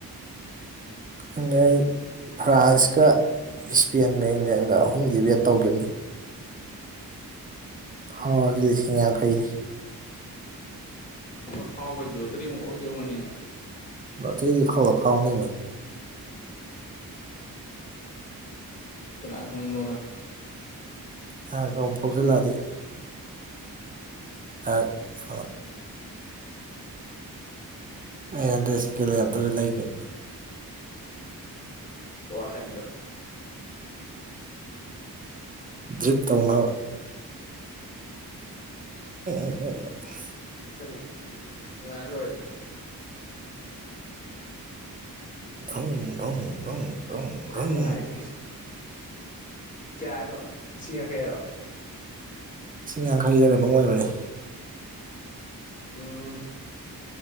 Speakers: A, on the right (about 25°); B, on the left (about 20°).
A: ꯈꯡꯗꯦ ꯑꯩ ꯐ꯭ꯔꯥꯟꯁꯀ ꯏꯁꯄꯦꯟꯒ ꯏꯪꯂꯦꯟꯒ ꯑꯍꯨꯝꯗꯤ ꯕꯦꯠ ꯇꯧꯒꯤꯝꯅꯤ ꯐꯥꯎꯔꯗꯤ ꯂꯤꯁꯤꯡ ꯌꯥꯡꯈꯩꯅꯤ
B: ꯑꯗ ꯐꯥꯎꯕꯩ ꯂꯣꯜꯇꯔꯤ ꯑꯃꯨꯛ ꯑꯣꯠꯇꯣꯢ ꯑꯣꯢꯔꯝꯒꯅꯤꯅꯦ
A: ꯂꯣꯇꯔꯤꯗꯤ ꯢꯐꯥꯎꯗ ꯐꯥꯎꯅꯤꯃꯤ
B: ꯀꯅꯥꯅ ꯈꯪꯕꯅꯣꯗ
A: ꯀꯅꯥꯅ ꯈꯡꯕ ꯐꯥꯎꯖꯜꯂꯛꯑꯗꯤ ꯑ ꯍꯣ ꯑꯩ ꯍꯟꯗ꯭ꯔꯦꯁ ꯁꯦꯀꯦꯂꯦꯟ ꯑꯝꯇꯖꯨ ꯂꯩꯅꯤ
B: ꯋꯥꯈꯟꯗꯣ
A: ꯗ꯭ꯔꯤꯞ ꯇꯧꯅꯕ <unintelligible>
B: ꯋꯥꯈꯟ ꯅꯨꯡꯉꯥꯢꯔ ꯂꯣꯏꯔꯦꯗ
A: ꯗꯔꯪ ꯗ꯭ꯔꯪ ꯗ꯭ꯔꯪꯪꯪ ꯗꯔ꯭ꯪ
B: ꯋꯥꯈꯜ
A: ꯗꯔ꯭ꯪ
B: ꯅꯨꯡꯉꯥꯏꯔꯤꯁꯤ ꯀ꯭ꯌꯥ ꯍꯥꯏꯅꯣ ꯂꯤꯁꯤꯡ ꯌꯥꯡꯈꯩ ꯍꯥꯢꯔꯣ
A: ꯂꯤꯁꯤꯡ ꯌꯥꯡꯈꯩꯔ ꯀꯩꯅꯣꯝ ꯑꯣꯏꯕꯅꯦ
B: ꯎꯝ